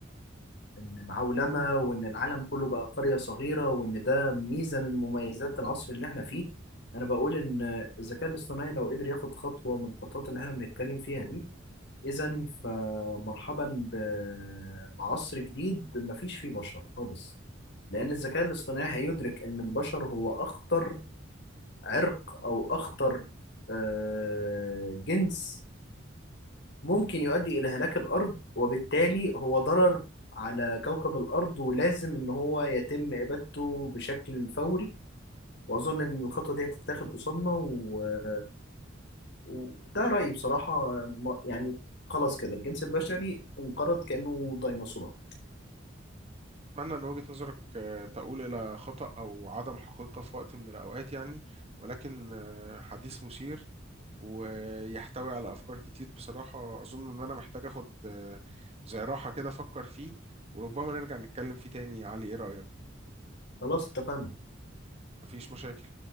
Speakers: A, on the left; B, on the right.
A: إن العولمة وإن العالم كله بقى قرية صغيرة وإن ده ميزة من مميزات العصر اللي إحنا فيه، أنا بقول إن الذكاء الاصطناعي لو قدر ياخد خطوة من الخطوات اللي إحنا بنتكلم فيها دي، إذا فمرحبا ب- بعصر جديد مفيش فيه بشر خالص، لأن الذكاء الاصطناعي هيدرك إن البشر هو أخطر عرق أو أخطر آه، جنس ممكن يؤدي إلى هلاك الأرض وبالتالي هو ضرر على كوكب الأرض ولازم إن هو يتم إبادته بشكل فوري وأظن إن الخطوة دي هتتاخد قصادنا و... وده رأيي بصراحة ما- يعني خلاص كده الجنس البشري انقرض كأنه ديناصورات
B: أتمنى إن وجهة نظرك آه، تقول إلى خطأ أو عدم حقيقة في وقت من الأوقات يعني ولكن آه، حديث مثير ويحتوي على أفكار كتير بصراحة أظن إن أنا محتاج أخد آه، زي راحة كده أفكر فيه وربما نرجع نتكلم فيه تاني يا علي إيه رأيك؟
A: خلاص اتفقنا
B: مفيش مشاكل